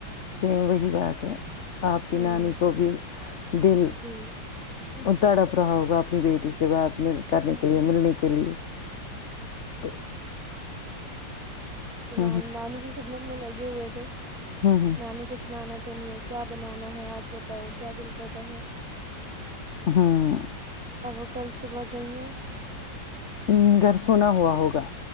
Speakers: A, on the left (about 50°); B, on the right (about 45°).
A: سیم وہی بات ہے آپ کی
B: ہوں
A: نانی کو بھی دل
B: جی
A: وہ تڑا پرراؤ ہوگا اپنی بیٹی سے سے بعات م کرنے کے
B: جی
A: لیے ملنے کے لیے تو ہ
B: ن نانی کی خدمت میں لگی ہوئے تھ ہیں
A: ہ ہ ہ
B: نانی کچھ لانا تو نہیں ہے کیا بناانا نا ہے آج بتاؤ کیا دل کرتا ہے
A: ہاں
B: ا وہ کل صبح گئی ہیں
A: ہ گھر سونا ہوا ہوگا